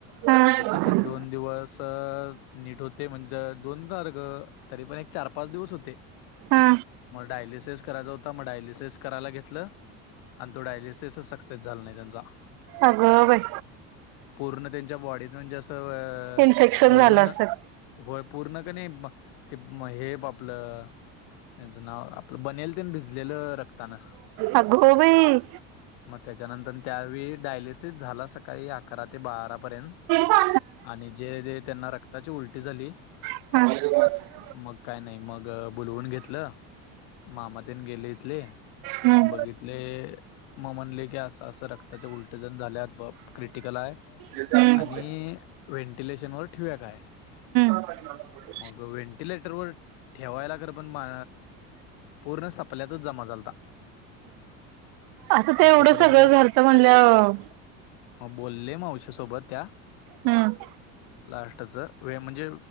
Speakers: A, on the right; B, on the left.
A: हा
B: तिथे पण दोन दिवसच नीट होते, म्हणजे दोन घार ग. तरी पण एक चार पाच दिवस होते.
A: हा
B: म डायलिसेस करायचा होता, म डायलिसेस करायला घेतलं. आण तो डायलिसेसच सक्सेस झाला नाही त्यांचा.
A: अग बाई!
B: पूर्ण त्यांच्या बॉडीत म्हणजे असं अ
A: इन्फेक्शन
B: वरून.
A: झालं असेल.
B: होय पूर्ण कनी मं ते मं हेप आपलं. त्यांचं नाव आपलं बनेल तेन भिजलेलं रक्तानं.
A: अगो बाई.
B: म त्याच्यानंतर त्यावेळी डायलिसिस झाला सकाळी आ करा ते बारा पर्यंत
A: हा.
B: आणि जे जे त्यांना रक्ताची उलटी झाली.
A: <unintelligible>
B: मग काय नाही मग बोलवून घेतलं. मामातेन गेले इथले
A: हम्म.
B: बघित तिथले म म्हणले की असं असं रक्ताच्या उलट्या जण झाल्या बॉप क्रिटिकल आहे.
A: हम्म.
B: आणि व्हेंटिलेशन वर ठीवूया काय?
A: <unintelligible>
B: मग व्हेंटिलेटरवर ठेवायला अगर पण मा पूर्ण सपल्यातच जमा झालता.
A: आता ते
B: मग
A: एवढं
B: तोपर्यंत
A: सगळं झालथं म्हणल्याव
B: म बोलले मावशी सोबत त्या.
A: हू!
B: लास्टच वेळ म्हणजे